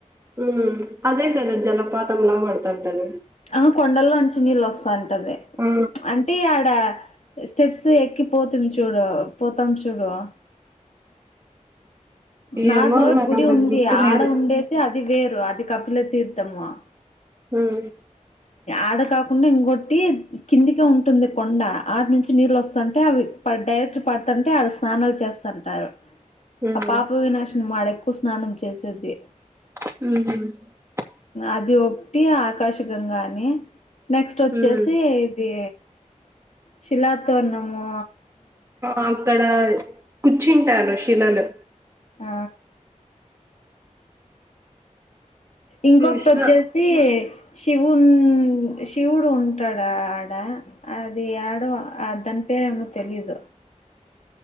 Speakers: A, on the right (about 20°); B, on the left (about 60°).
A: ఉ అదే కదే జలపాతం లా పడుతా ఉంటది
B: ఆ కొండల్లో నుంచి నీళ్ళు వస్తాంటది
A: ఆ
B: అంటే ఆడ స్టెప్స్ ఎకి పోతు చూడు పోతాం చూడువా నార్ముల్గా
A: ఏమో నాకు
B: గుడి
A: అంత
B: ఉంది
A: గుర్తు
B: ఆడ
A: లేదు
B: ఉండేతే అది వేరు అది కప్పుల తీర్తముమా
A: హమ్
B: ఆడ కాకుండా ఇంకొట్టి కిందికే ఉంటుంది కొండ ఆటి నుంచి నీళ్ళు వస్తుంటే అవి డైరెక్ట్ పడుతుంటే ఆడ స్నాలు చేస్తుంటారు
A: ఉమ్
B: ఆ పాప వినాశని మాడెక్కువ స్నానం చేసేది
A: హ
B: అది ఒకటి ఆకాశగంగానే నెక్స్ట్ వచ్చేసి
A: ఉమ్
B: ఇది శిలా తోరణము
A: ఆ అక్కడ కూర్చుంటాను షిలలు
B: ఆ ఇంకొకటి
A: చూసిన
B: వచ్చేసి శివు శివుడు ఉంటాడు ఆడ అది ఆడ ఆ దాని పేరు ఏ తెలిదు